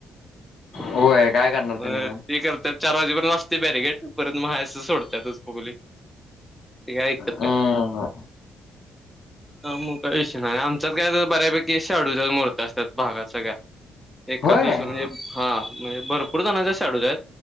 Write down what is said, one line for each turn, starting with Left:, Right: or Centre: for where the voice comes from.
Centre: मग
Left: होय काय करणार त्यांनी पण
Centre: ते करतात. चार वाजेपर्यंत असते बॅरिगेट परत मग हाय असं सोडतच पोलीस ते काय ऐकत्यात
Left: हम्म.
Centre: काय? हा मग काय विषय नाय आम च्यात काय बऱ्यापैकी शाडूच्याच मूर्त असत्यात भागात सगळ्या एका
Left: होय
Centre: दुसऱ्या म्हणजे हा म्हणजे भरपूर जणांच्या शाडूच्या आहेत.